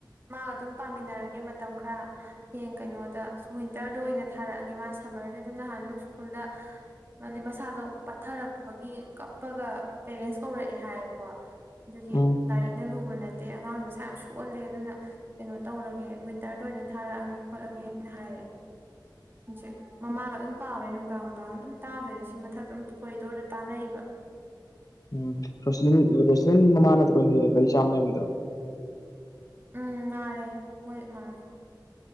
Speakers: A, on the right; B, on the left.
A: ꯃꯥꯒ ꯑꯗꯨꯝ ꯄꯥꯃꯤꯟꯅꯔꯒꯦ ꯃꯇꯝ ꯈꯔ ꯍꯌꯦꯡ ꯀꯩꯅꯣ ꯗ ꯋꯤꯟꯇ꯭ꯔꯗ ꯑꯣꯏꯅ ꯊꯥꯔꯛꯑꯒꯦ ꯃꯥ ꯁꯝꯃꯔꯖꯦ ꯑꯗꯨꯝ ꯅꯍꯥꯟꯁꯨ ꯁ꯭ꯀꯨꯜꯗ ꯃꯥꯗꯤ ꯃꯁꯥꯗꯣ ꯄꯠꯊꯔꯛꯄꯒꯤ ꯀꯞꯄꯒ ꯄꯦꯔꯦꯟꯁ ꯀꯧꯔꯛꯑꯦ ꯍꯥꯏꯕꯀꯣ ꯑꯗꯨꯒꯤ
B: ꯎꯝ
A: ꯂꯥꯏꯔꯤꯛꯅ ꯂꯨꯕ ꯅꯠ ꯇꯦ ꯑꯉꯥꯡ ꯃꯁꯥ ꯌꯥꯝ ꯁꯣꯛꯑꯜꯂꯦ ꯑꯗꯨꯅ ꯀꯩꯅꯣ ꯇꯧꯔꯒꯦ ꯋꯤꯟꯇ꯭ꯔꯗ ꯑꯣꯏꯅ ꯊꯥꯔꯛꯑꯒꯦ ꯈꯣꯠꯂꯒꯦ ꯅ ꯍꯥꯏꯔꯦ ꯍꯧꯖꯤꯛ ꯃꯃꯥꯒ ꯑꯗꯨꯝ ꯄꯥꯕꯅꯦ ꯅꯨꯡꯗꯥꯡ ꯅꯨꯡꯗꯥꯡ ꯑꯗꯨꯝ ꯇꯥꯗꯣꯏꯅꯦ ꯁꯤ ꯃꯊꯛꯇ ꯑꯗꯨꯝ ꯀꯣꯔꯤꯗꯣꯔꯗ ꯇꯥꯟꯅꯩꯕ
B: ꯎꯝ ꯔꯣꯁꯤꯂꯤꯟ ꯔꯣꯁꯤꯂꯤꯟ ꯃꯃꯥ ꯅꯠꯇ꯭ꯔꯣ ꯍꯦꯛ ꯍꯦꯛ ꯒꯔꯤ ꯆꯥꯝ ꯂꯩꯔꯝꯕꯗꯣ
A: ꯎꯝ ꯃꯥꯟꯅꯦ ꯃꯣꯏ ꯃꯥꯅꯦ